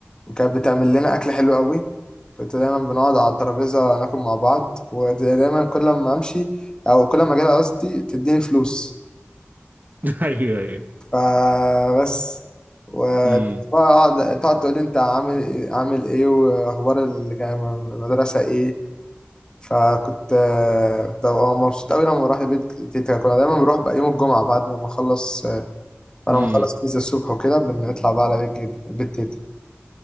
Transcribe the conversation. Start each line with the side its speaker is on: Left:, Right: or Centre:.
Left: وكانت بتعمل لنا اكل حلو قوي كنت دايما بنقعد على الترابيزة ناكل مع بعض ودايما كل ما امشي او كل ما اجي لها قصدي تديني فلوس
Right: <laughs> ايوه ايوه
Left: فبس وتقعد
Right: امم
Left: تقعد تقول لي انت عامل إيه- عامل ايه واخبار المدرسه ايه فكنت آه، كنت ببقى مبسوط قوي لما بروح البيت تيتا كنا دايما بنروح بقى يوم الجمعه بعد ما اخلص انا
Right: امم
Left: مخلص كنيسه الصبح وكده بنطلع بقى على بيت جد- بيت تيتا